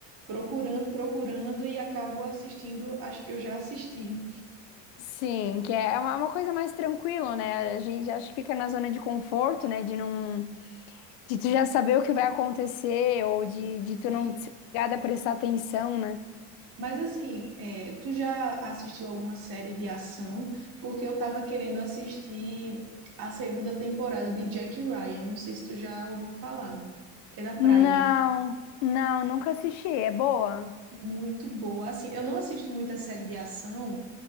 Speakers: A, on the right; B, on the left.
A: procurando, procurando e acabo assistindo as que eu já assisti.
B: Sim, que é uma uma coisa mais tranquila, né? A gente acho que fica na zona de conforto, né? De não de tu já saber o que vai acontecer ou de, de
A: Sim.
B: tu não ser obrigada a prestar atenção, né?
A: Mas assim, é, tu já assistiu alguma série de ação? Porque eu tava querendo assistir a segunda temporada de Jack Ryan. Não sei se tu já ouviu falar, que é da Prime.
B: Não, não, nunca assisti. É boa.
A: Muito boa. Assim, eu não assisto muita série de ação,